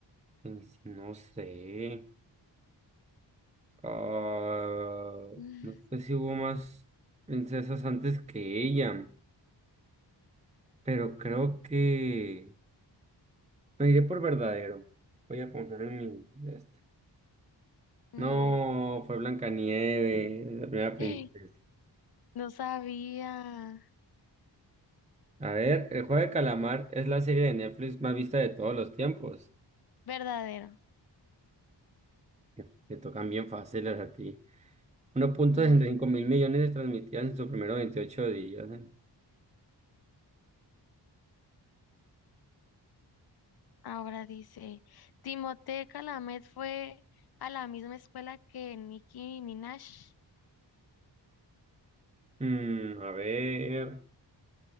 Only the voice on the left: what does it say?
Mm,
muy
bien.
<laughs> No sabía.
Verdadero.
Mm,
Ahora dice, Timothée Chalamet fue a la misma escuela que Nicki Minaj.